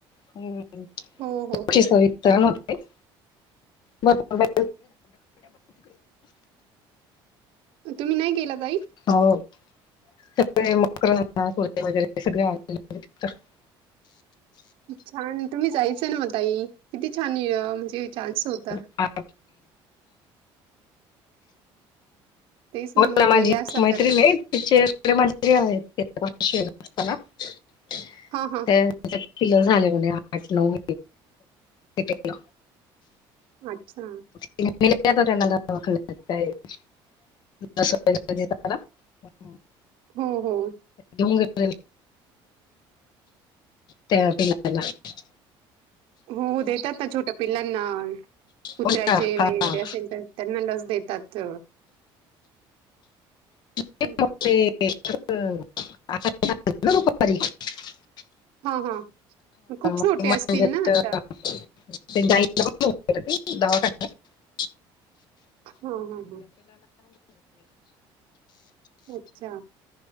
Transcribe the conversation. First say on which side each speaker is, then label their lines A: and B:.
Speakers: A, on the left; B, on the right.
A: <unintelligible>
B: हो, हो, हो,
A: सविस्तरण
B: हो.
A: होते <unintelligible> <inaudible> हो मड
B: तुम्ही नाही गेला ताई?
A: <unintelligible> हो सगळे मकर वगैरे हे सगळे ब <unintelligible>
B: छान तुम्ही जायच ना म ताई किती छान म्हणजे चान्स होता
A: <unintelligible> हो
B: तेच मग
A: ना माझी
B: गेल्या
A: एक
B: असत्या
A: मैत्रीन
B: तर.
A: ये तिचेडे मंत्री आहेत असताना <unintelligible>
B: हा हा
A: पिलर झाले म्हणे आठ नऊ पिलं
B: अच्छा.
A: <unintelligible> <unintelligible>
B: हो हो.
A: डोंगर त्या पिलाला <unintelligible>
B: हो देतात ना छोट्या पिल्लांना कुत्र्याचे
A: हो ना
B: वगैरे
A: हा
B: असेल तर त्यांना लस देतात
A: <inaudible>
B: हं. हा हा म खूप छोटे
A: ते मांजर
B: असतील ना आता.
A: <inaudible> <inaudible> <inaudible> <inaudible>
B: हां, हां, हां. अच्छा.